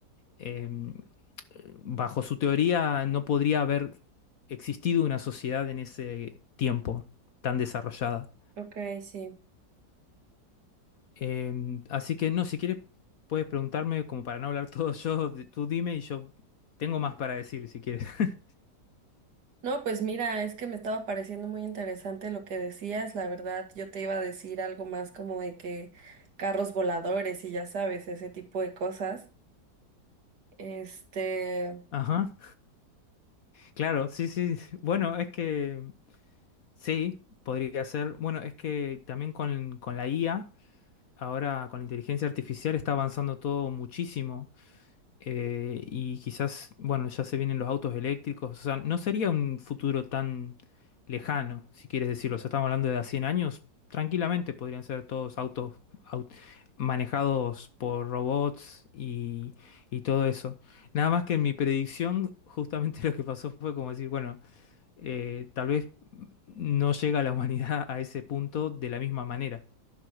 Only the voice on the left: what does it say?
em, bajo su teoría no podría haber existido una sociedad en ese tiempo tan desarrollada.
Eh, así que no, si quieres puedes preguntarme como para no hablar <laughs> todo yo, de- tú dime y yo tengo más para decir si quieres. <laughs>
Ajá, claro, sí, sí. Bueno, es que sí, podría ser. Bueno, es que también con, con la IA, ahora con la inteligencia artificial está avanzando todo muchísimo. Eh, y quizás, bueno, ya se vienen los autos eléctricos, o sea, no sería un futuro tan lejano, si quieres decirlo, o sea, estamos hablando de a 100 años, tranquilamente podrían ser todos autos au- manejados por robots y, y todo eso. Nada más que en mi predicción, justamente <laughs> lo que pasó fue como decir, bueno, eh, tal vez no llega la humanidad a ese punto de la misma manera.